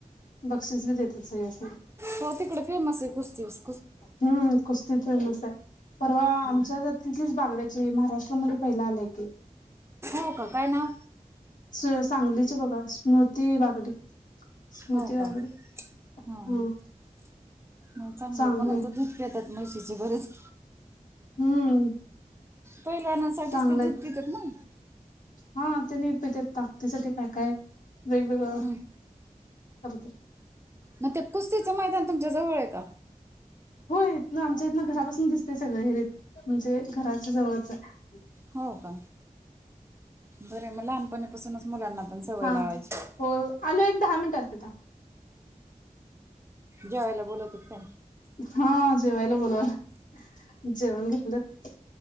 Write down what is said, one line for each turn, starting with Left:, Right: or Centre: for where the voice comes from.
Left: बक्षीस बी देती सगळ्यांसणी.
Right: तो तिकडे फेमसय कुस्तीस.
Left: हम्म कुस्ती फेमस हाय परवा
Right: हा
Left: आमच्या ईथलीच बागड्याची महाराष्ट्रामध्ये पाहिलं आल्या की.
Right: हो का काय नाव
Left: स सांगलीची बघा. स्मृती बागडे, स्मृती
Right: हो
Left: बागडे
Right: का
Left: हम्म.
Right: हा मग चांगलय
Left: चांगलंय
Right: म्हणून तर दूध पेतात म्हशीचे बरेच.
Left: हम्म.
Right: पहिलवानासाठीच
Left: चांगलंय
Right: ते दूध पित्यात ना.
Left: हा तेणी पीत्यात ताकदीसाठी काय काय वेगवेगळं
Right: हं
Left: करत्यात.
Right: मग ते कुस्तीचं मैदान तुमच्या जवळय का?
Left: होय इथन आमच्या इथन घरापासून दिसतय सगळ हरी म्हणजे घराच्या जवळच हाय.
Right: हो का बरय मग लहानपणा पासूनच मुलांना पण सवय
Left: हा
Right: लावायची.
Left: हो आलो एक दहा मिनट आर्पिता.
Right: जेवायला बोलवतात काय?
Left: हा जेवायला बोलवल्या. जेवण घेतलंत.